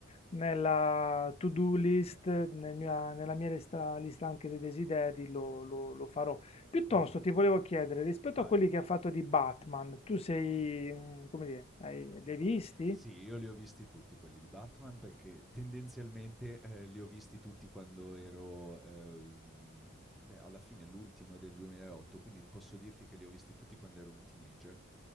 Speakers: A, on the left; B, in the centre.
A: nella to-do list, nel mia- nella mia lista, lista anche dei desideri lo lo- lo farò. Piuttosto
B: Ma
A: ti volevo chiedere, rispetto
B: vai,
A: a quelli che ha fatto di Batman, tu sei, mm, come dire, hai, li hai visti?
B: Sì, io li ho visti tutti quelli di Batman perché tendenzialmente, ehm, li ho visti tutti quando ero ehm, beh, alla fine l'ultimo è del 2008, quindi posso dirti che li ho visti tutti quando ero un teenager.